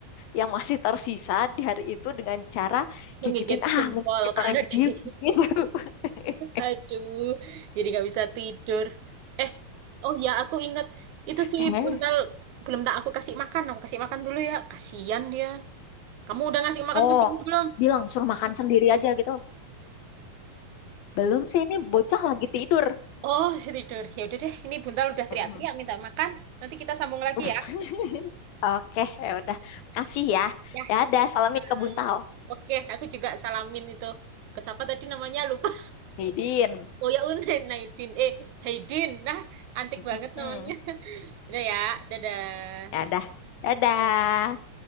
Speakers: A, on the left; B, on the right.
A: yang masih tersisa di hari itu dengan cara
B: menggigit
A: gigitin ah
B: jempol
A: mumpung kita
B: <laughs> kaki.
A: lagi diem gitu. <laughs>
B: Aduh, jadi gak bisa tidur. Eh, oh ya aku ingat itu si
A: Eh,
B: Buntal belum tak aku kasih makan. Aku kasih makan dulu ya. Kasihan dia. Kamu udah ngasih makan
A: Oh,
B: kucing belum?
A: bilang suruh makan sendiri aja gitu. Belum sih ini bocah lagi tidur.
B: Oh, si tidur. Ya udah deh, ini Buntal udah teriak-teriak
A: Mm-mm.
B: minta makan. Nanti kita sambung lagi
A: <laughs>
B: ya.
A: Oke, ya udah. Kasih ya.
B: Ya.
A: Dadah,
B: sama-sama.
A: salamin ke Buntal.
B: Oke, aku juga salamin itu. Ke siapa tadi namanya? Lupa.
A: Hidin.
B: Oh ya, Unen, Naidin. Eh, Haidin. Nah, antik
A: Mm-mm.
B: banget namanya. <laughs> Udah ya, dadah.
A: Dadah. Dadah.